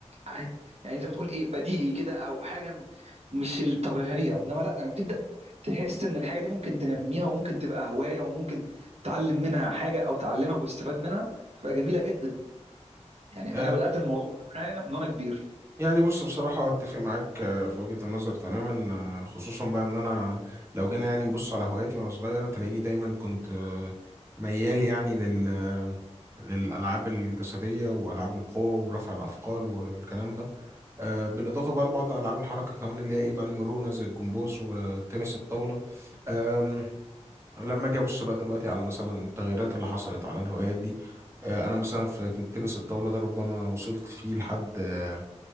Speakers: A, on the right (about 60°); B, on the right (about 20°).
A: ع- يعني زي ما تقول ايه بديهي كده او حاجه م- مش الطبيعيه انما لا لما بتبدا تحس ان الحاجه دي ممكن تنميها وممكن تبقى هوايه وممكن تعلم منها حاجه او تعلمك وتستفاد منها تبقى جميله جدا يعني
B: امم
A: انا بدات الموضوع معايا من وانا كبير
B: يعني بص بصراحة أتفق معاك آه، في وجهة النظر تماما آه، خصوصا بقى إن أنا لو جينا يعني نبص على هواياتي وأنا صغير تلاقيني دايما كنت آه، ميال يعني لل آه، للألعاب الجسدية وألعاب القوة ورفع الأثقال والكلام ده آه، بالإضافة بقى لبعض ألعاب الحركة كمان اللي هي إيه بقى المرونة زي الجمباز وتنس الطاولة آم، لما أجي أبص بقى دلوقتي على مثلا التغييرات اللي حصلت على الهوايات دي آه، أنا مثلا في تنس الطاولة ده ربما وصلت فيه لحد آه،